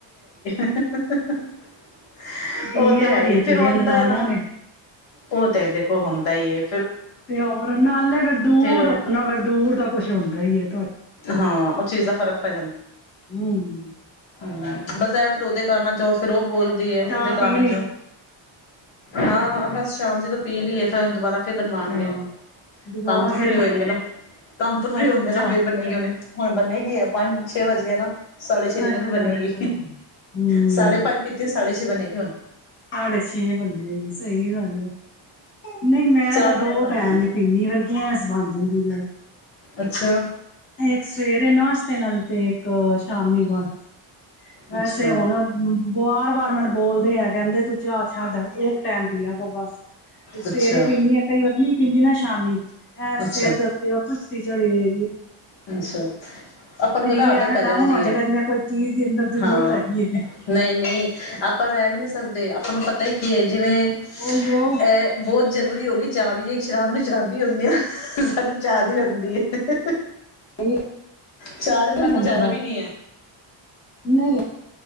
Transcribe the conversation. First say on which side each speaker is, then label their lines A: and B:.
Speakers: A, on the left (about 70°); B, on the left (about 25°).
A: <unintelligible> ਉਹ
B: ਇੰਨੀਆਂ
A: ਤੇ ਹੈ
B: ਵਧੀਆ
A: ਈ। ਫੇਰ
B: ਤੇਰੀਆਂ
A: ਓਂ
B: ਨਨਾਣਾਂ
A: ਏ ਨਾ,
B: ਨੇ
A: ਉਹ ਤਾਂ ਹੈ ਦੇ ਹੁੰਦਾ ਈ ਏ
B: ਤੇ ਹੋਰ ਨਾਲੇ ਫਿਰ ਦੂਰ
A: ਰਹੋ
B: ਆਉਨਾ ਫੇਰ ਦੂਰ ਦਾ ਕੁਛ ਹੁੰਦਾ ਹੀ ਏ ਤੁਹ ਹੂੰ ਆਡੀਓ
A: ਹਾਂ ਉਹ
B: ਵਿੱਚ ਕੋਈ
A: ਚੀਜ਼
B: ਵੀ ਸ਼ਬਦ
A: ਦਾ
B: ਨਹੀਂ
A: ਫ਼ਰਕ ਪੈ
B: ਬੋਲਿਆ ਗਿਆ।
A: <unintelligible> ਹੂੰ ਬਸ ਇਹ ਫੇਰ ਉਹਦੇ ਕੰਮਾਂ ਚੋਂ ਫਿਰ ਉਹ ਬੋਲਦੀ ਉਹਦੇ
B: ਚਾਹ
A: ਕੰਮ
B: ਪੀ ਲਈ
A: ਚੋਂ ਹਾਂ ਹਾਂ ਬਸ ਸ਼ਾਮ ਜ ਤਾਂ ਪੀ ਲਈ ਏ ਕਰਨ ਤੋਂ ਬਾਦ ਫੇਰ ਬਣਵਾਉਣਗੇ।
B: ਅੱਛਾ ਦੁਬਾਰਾ
A: ਕੰਮ ਤੋਂ ਫ੍ਰਰੀ
B: ਫੇਰ ਬਣ-
A: ਹੋਏਗੇ ਨਾ, ਕੰਮ ਤੋਂ ਫ੍ਰਰੀ
B: ਅੱਛਾ
A: ਹੁੰਦੇ ਨਾ ਫੇਰ ਬਣੇ ਗਈ ਹੁਨੇ ਹਾਂ ਬੰਨੇਗੀ ਹੈ ਪੰਜ ਛੇ ਵਜ ਗੇ ਨਾ। ਸਾਢੇ
B: ਅੱਛਾ
A: ਛੇ ਤੇ ਫਿਰ ਬਣੇਗੀ
B: ਅੱਛਾ ਹੂੰ
A: ਸਾਢੇ ਪੰਜ ਪੀਤੀ ਸੀ। ਸਾਡੇ ਛੇ ਬਣੇ ਗਏ ਹੁਣ।
B: ਸਾਡੇ ਛੇ ਬਨੇ ਗਈ ਸਹੀ ਗੱਲ ਏ, ਨਹੀਂ ਮੈਂ
A: ਚਾਹਵਾਂ
B: ਤਾਂ ਦੋ
A: ਦਾ ਕੰਮ
B: ਟੈਮ ਹੀ ਪੀਨੀ ਫੇਰ ਗੈਸ ਬਣ ਜਾਂਦੀ।
A: ਅੱਛਾ
B: ਇੱਕ ਸਵੇਰੇ ਨਾਸ਼ਤੇ ਨਾਲ ਤੇ ਇੱਕ ਸ਼ਾਮੀ ਬਾਅਦ। <inaudible> ਵੈਸੇ
A: ਅੱਛਾ
B: ਹੁਣ ਵਾਰ ਵਾਰ ਮੈਨੂੰ ਬੋਲਦੇ ਆ ਕਹਿੰਦੇ ਤੂੰ ਚਾਹ ਛੱਡ ਇੱਕ ਟਾਈਮ ਪੀ ਆ ਪਰ ਬਸ ਤੇ ਸਵੇਰੇ
A: ਅੱਛਾ
B: ਪੀਂਦੀ ਆ ਕਈ ਵੱਧ ਨ ਪੀਂਦੀ ਨਾ ਸ਼ਾਮੀ। ਇਹ ਸਿਰ
A: ਅੱਛਾ
B: ਦੇ ਉੱਤੇ ਉਹ ਸੁਸਤੀ ਚੜੀ ਰਹੇ
A: ਅੱਛਾ ਆਪਾਂ
B: ਸਰੀਰ
A: ਨੂੰ ਵੱਧ ਆਦਤ
B: ਐਵੇਂ
A: ਪੈ
B: ਡਾਊਨ
A: ਜਾਂਦੀ
B: ਹੋ ਜਾਏਗਾ
A: ਹੈ।
B: ਜਿਵੇਂ ਕੋਈ ਚੀਜ਼ ਦੀ ਅੰਦਰ ਜ਼ਰੂਰਤ
A: ਹਾਂ,
B: ਹੈਗੀ ਹੈ
A: ਨਹੀਂ ਨਹੀਂ ਆਪਾਂ ਰਹਿ ਵੀ ਨਹੀਂ ਸਕਦੇ ਆਪਾਂ ਨੂੰ ਪਤਾ ਹੀ <unintelligible> ਜਿਵੇਂ ਇਹ
B: ਉਹੀਓ
A: ਬਹੁਤ ਜ਼ਰੂਰੀ ਹੋ ਗਈ ਚਾਹ ਵੀ ਜੇ ਸ਼ਰਾਬ ਨੂੰ ਸ਼ਰਾਬੀ ਹੁੰਦੀ ਆ, ਸਾਨੂੰ ਚਾਅ ਦੀ ਰਹਿੰਦੀ ਹੈ।
B: ਆਡੀਓ
A: ਚਾਹ ਦੇ ਬਿਨਾਂ
B: ਦੀ ਕੁਆਲਿਟੀ
A: ਗੁਜ਼ਾਰਾ
B: ਕਾਫੀ ਖਰਾਬ ਹੈ ਕੁਝ
A: ਵੀ
B: ਸਮਝ
A: ਨਹੀਂ
B: ਨਹੀਂ ਆ ਰਹੀ